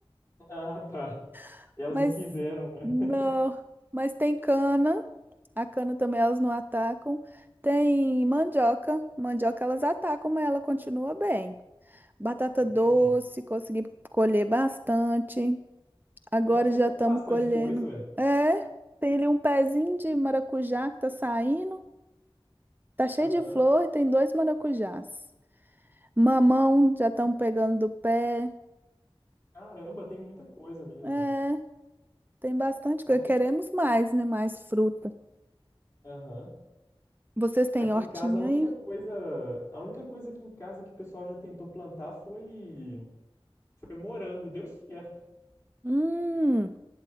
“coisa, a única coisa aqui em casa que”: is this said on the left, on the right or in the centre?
Left